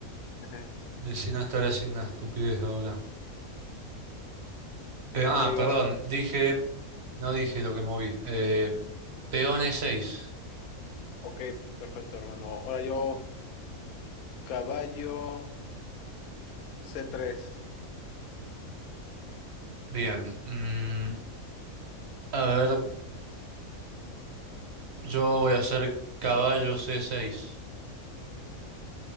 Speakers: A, on the left (about 80°); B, on the right (about 50°).
A: Ajá.
B: de si no estaré haciendo una estupidez ahora. Eh,
A: Ok,
B: ah, perdón,
A: ahora,
B: dije, no dije lo que moví. Eh, peones 6.
A: ok, perfecto, hermano. Ahora yo, caballo c tres
B: Bien. mm, a ver, yo voy a hacer caballo C6.